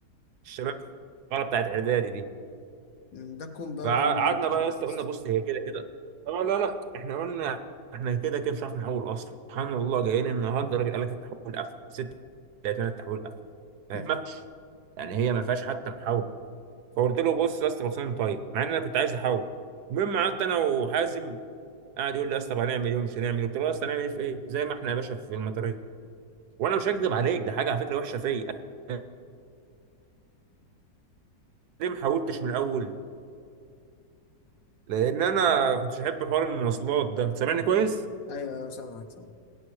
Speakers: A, on the right; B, on the left.
A: الشباب الصغيره بتاعت اعدادي دي
B: مم، ده كوم بقى
A: فقعدنا
B: وعلم الامتحانات
A: بقى يا اسطى
B: بس
A: قلنا بص هي كده كده اه لا لا احنا قلنا احنا كده كده مش عارف نحول اصلا سبحان الله جايين النهارده الراجل قال لك التحويل قفل ست لقيت لنا التحويل قفل ما
B: <laughs>
A: فيش يعني هي ما فيهاش حتى محاوله فقلت له بص يا اسطى بصين طيب مع ان انا كنت عايز احول المهم قعدت انا وحازم قاعد يقول لي يا اسطى طب هنعمل ايه ومش هنعمل ايه قلت له يا اسطى هنعمل ايه في ايه زي ما احنا يا باشا في المطريه وانا مش هكذب عليك ده حاجه على فكره وحشه فيا أنا ليه ما حاولتش من الاول لان انا كنتش احب حوار المواصلات ده سامعني كويس
B: ايوه ايوه سامعك سامعك